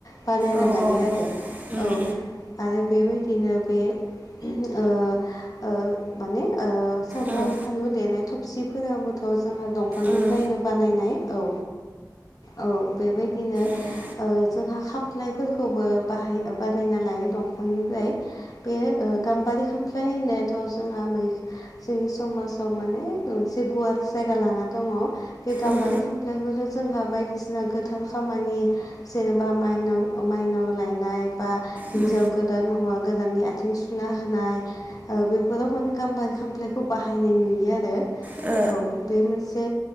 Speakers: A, on the left; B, on the right.
A: बानायना
B: औ उम
A: लायो आरो
B: उम
A: औ आरो बेबायदिनो बे ओ ओ माने ओ सामब्राम
B: उम
A: फानलु देनाय थबसि फोरावबोथ' जोंहा दंफांनिफ्रायनो
B: उम
A: बानायनाय औ औ बेबायदिनो
B: ओं
A: ओ जोंहा खामफ्लायफोरखौबो बाहाय बानायना लायो दंफांनिफ्राय बे गाम्बारि खामफ्लाय होननायाथ' जोंहा मै जोंनि समाजाव माने मोनसे गुवार जायगा लाना दङ बे गाम्बारि
B: उम औ उम
A: खामफ्लायबो जोंहा बायदिसिना गोथार खामानि जेनेबा माइनाव माइनाव लायनाय बा हिन्जाव
B: उम
A: गोदान हौवा गोदाननि आथिं सुना होनाय ओ बेफोराव माने गाम्बारि खामफ्लायखौ बाहायनाय नुयो आरो औ
B: ओ
A: बे मोनसे